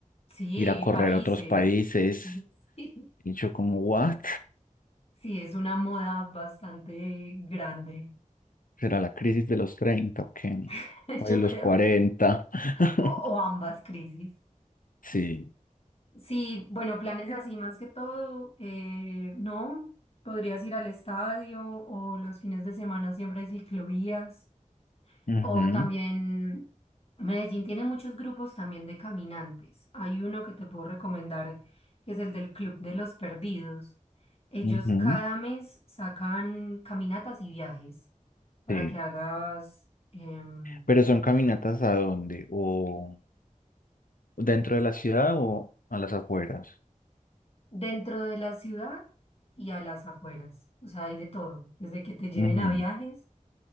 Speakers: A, on the left (about 45°); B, on the left (about 80°).
A: sí,
B: ir a correr
A: países.
B: a otros países.
A: <laughs> Sí,
B: Y yo como, ¿what?
A: sí, es una moda bastante grande,
B: ¿Será la crisis de los 30 o qué?
A: <laughs>
B: O
A: yo
B: de los
A: creo,
B: 40. <laughs>
A: o, o ambas crisis.
B: Sí.
A: Sí, bueno, planes así más que todo, eh, no, podrías ir al estadio o los fines de semana siempre hay ciclovías.
B: Ujú.
A: O también Medellín tiene muchos grupos también de caminantes. Hay uno que te puedo recomendar, que es el del Club de los Perdidos. Ellos
B: Ujú,
A: cada mes sacan caminatas y viajes para
B: sí.
A: que hagas em,
B: Pero son caminatas a dónde? ¿O dentro de la ciudad o a las afueras?
A: dentro de la ciudad y a las afueras. O sea, hay de todo, desde que te lleven
B: Ujú,
A: a viajes